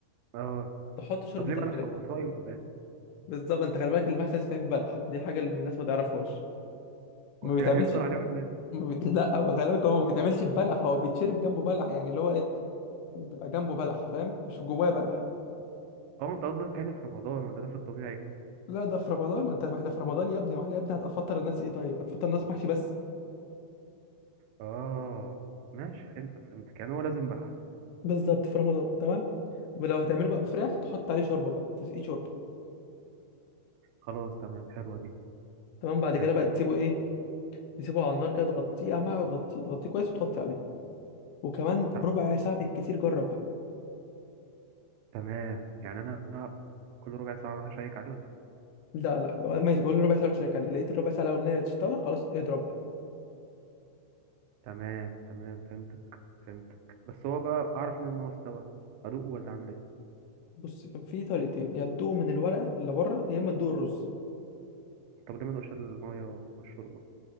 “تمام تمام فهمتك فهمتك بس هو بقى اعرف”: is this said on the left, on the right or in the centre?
Right